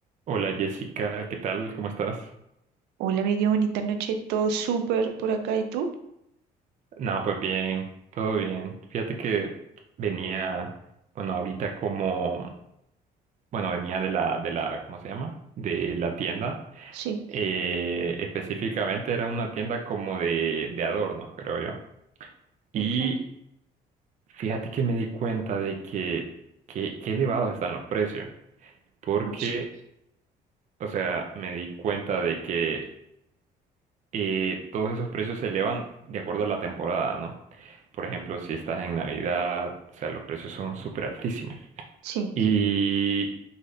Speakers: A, on the right; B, on the right.
A: Hola Jessica, ¿qué tal? ¿Cómo estás?
B: Hola, amiga, qué bonita noche. Todo súper por acá. ¿Y tú?
A: Nada, pues bien, todo bien. Fíjate que venía, bueno, ahorita como, bueno, venía de la, de la, ¿cómo se llama? De la tienda.
B: Sí,
A: Eh, específicamente era una tienda como de, de adornos, creo yo. Y
B: Ok.
A: fíjate que me di cuenta de que, que, que elevados están los precios. Porque,
B: no sé.
A: o sea, me di cuenta de que Y todos esos precios se elevan de acuerdo a la temporada, ¿no? Por ejemplo, si estás en Navidad, o sea, los precios son súper altísimos.
B: Sí,
A: Y